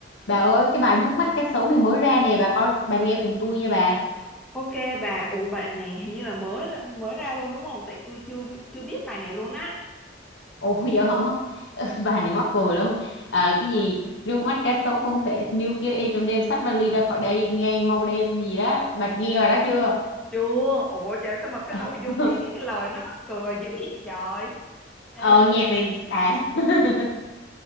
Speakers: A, on the left (about 80°); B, in the centre.
A: Bà ơi, cái bài nước mắt cá sấu này mới ra nè, bà coi, bà nghe cùng tôi nha bà.
B: Ok bà, ủa bài này hình như là mới mới ra luôn đúng không? Tại tôi chưa bi- chưa biết bài này luôn á.
A: Ôi giời, <laughs> bà này mắc cười lắm. À, cái gì, nước mắt cá sấu không thể, níu kêu em trong đêm xách vali ra khỏi đây, ngay mau đêm gì đó. Bà nghe rồi đó chưa?
B: Chưa, ủa trời sao mà cái
A: <laughs>
B: nội dung cái cái cái lời nó mắc cười dữ vậy trời. Ê,
A: Ờ, nhạc này xàm. <laughs>